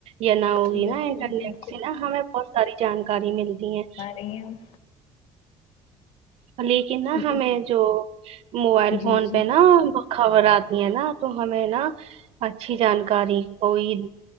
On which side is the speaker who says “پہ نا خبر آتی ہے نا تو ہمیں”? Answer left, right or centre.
Right